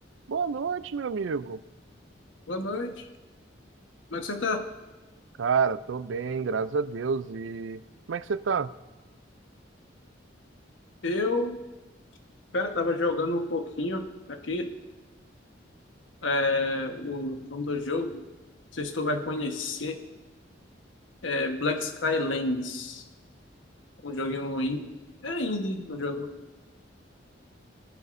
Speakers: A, on the right (about 75°); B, on the left (about 80°).
A: Boa noite, meu amigo.
B: Boa noite. Como é que você tá?
A: Cara, tô bem, graças a Deus. E como é que você tá?
B: Eu, cara, tava jogando um pouquinho aqui, é, o nome do jogo, não sei se tu vai conhecer, é Black Skylands, um joguinho indie, é indie o jogo,